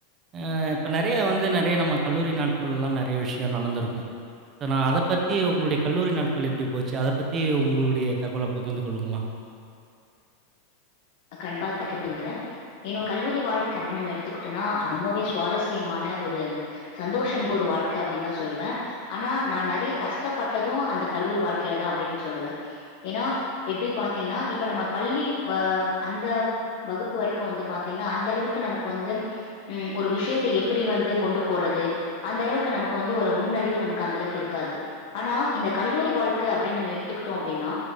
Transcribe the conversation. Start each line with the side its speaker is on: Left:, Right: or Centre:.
Right: ஆ இப்ப நெறைய வந்து நெறைய நம்ம கல்லூரி நாட்கள்லா நெறைய விஷயோ நடந்திருக்கு நா அத பத்தி உங்களுடைய கல்லூரி நாட்கள் எப்டி போச்சு அத பத்தி உங்களுடைய தகவல பகிர்ந்து கொள்ளுங்கனா
Left: கண் பாத்துகின்டருகிறே என்னோட கல்லூரி வாழ்க அப்டின்னு நம்ம எடுத்துக்கிட்டோம்னா அது ரொம்பவே சுவாரஸ்யமான ஒரு சந்தோஷம் ஒரு வாழ்க்க அப்டின்னு தா சொல்லுவே ஆனா நா நெறைய கஷ்டப்பட்டது அந்த கல்லூரி வாழ்க்கையில தா அப்டின்னு சொல்லுவே ஏன்னா எப்டி பாத்தீங்கன்னா இப்ப நம்ம பள்ளி வ அந்த வகுப்பு வரைக்கு வந்து பாத்தீங்கன்னா அந்தளவுக்கு நமக்கு வந்து ம் ஒரு விஷயத்த எப்டி வந்து கொண்டு போறது அந்த அளவுக்கு நமக்கு வந்து ஒரு முன்னறிவு நமக்கு அந்த அளவுக்கு இருக்காது ஆனா இந்த கல்லூரி வாழ்க்க அப்டின்னு நம்ம எடுத்துகிட்டோ அப்டின்னா